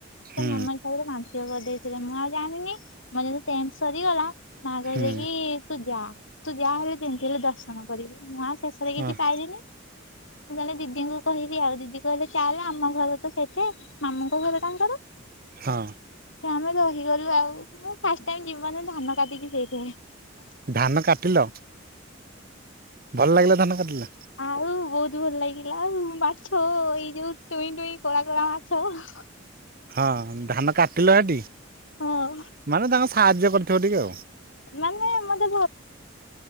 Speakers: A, on the left (about 70°); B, on the right (about 45°).
A: ସେ
B: ହୁଁ
A: ମନ ହିସାବରେ ମାନସିକ କରିଦେଇଥିଲେ ମୁଁ ଆଉ ଜାଣିନି ମୋର ଯେତେବେଳେ ଟେନସ୍ ସରିଗଲା ମା କହିଲେ
B: ହୁଁ
A: କି ତୁ ଯା ତୁ ଯାହା ହେଲେ ଯେମତି ହେଲେ ଦର୍ଶନ କରିବୁ ମୁଁ ଆଉ ସ୍ ଶେଷରେ କିଛି
B: ଅ
A: ପାଇଲିନି।
B: <inaudible>
A: ଏ ଦିଦିଙ୍କୁ କହିବି ଆଉ ଦିଦି କହିଲେ ଚାଲ ଆମ ଘର ତ ସେଠି ମାମୁଁ ଙ୍କ ଘର ତାଙ୍କର।
B: ହଁ।
A: ମୁଁ ରହିଗଲୁ ଆଉ ମୁଁ ଫାଷ୍ଟ ଟାଇମ୍ ଜୀବନରେ ଧାନ କାଟିକି ସେଇଠି। <unintelligible>
B: ଧାନ କାଟିଲ? ଭଲ ଲାଗିଲା ଧାନ କାଟିଲ?
A: ଆଉ ବହୁତ ତୁ ଭଲ ଲାଗିଲା। ମାଛ ଏଇ ଯୋଉ ଟୁଇଁ ଟୁଇଁ କଳା କଳା ମାଛ।
B: ହଁ ଧାନ କାଟିଲ ସେଠି?
A: ହଁ
B: ମାନେ ତାଙ୍କ ସାହାଯ୍ୟ କରିଥିବ ଟିକେ ଆଉ।
A: ମାନେ ମତେ